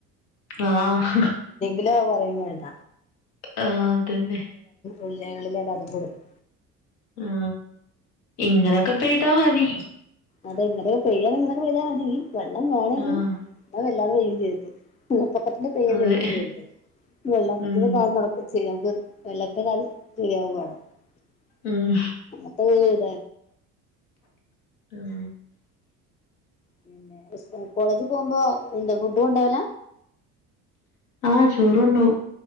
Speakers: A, on the left; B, on the left.
A: ആഹ ഹ് ഹ്
B: <unintelligible> പറയും വേണ്ട
A: ആ അതന്നെ
B: ഉള്ളകളിൽ എല്ലതും കൊടുക്കും
A: ആ ഇങ്ങനൊക്കെ പെയ്ത മതി
B: അതെ എങ്ങനെയൊക്കെ പെയ്യാൻ ഇങ്ങനെ യ്താ മതി വെള്ളം വേണേനും
A: ആഹ്
B: <unintelligible> ചെയ്ത് പൊക്കത്തിന്റെ പേര്
A: അതെ
B: വയും ചെയ്യണ്ട് വെള്ളത്തിന്റെ
A: ഉം
B: <unintelligible> ചെയ നമുക്ക് വെള്ള <unintelligible>
A: ഉം
B: അങ്ങത്തെ വീട
A: ഉം
B: പിന്നെ <unintelligible> കോളേജിൽ പോകുമ്പോ എന്താ ഫുഡും കൊണ്ടോവാല
A: ആഹ് ചോറുണ്ടോവും